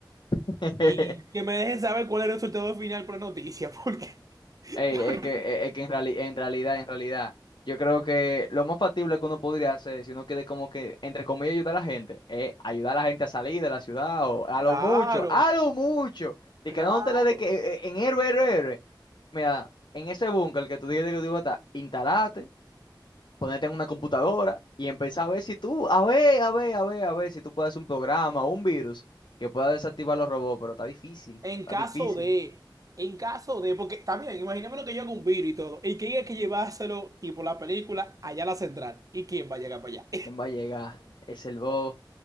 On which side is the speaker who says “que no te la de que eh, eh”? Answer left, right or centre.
Left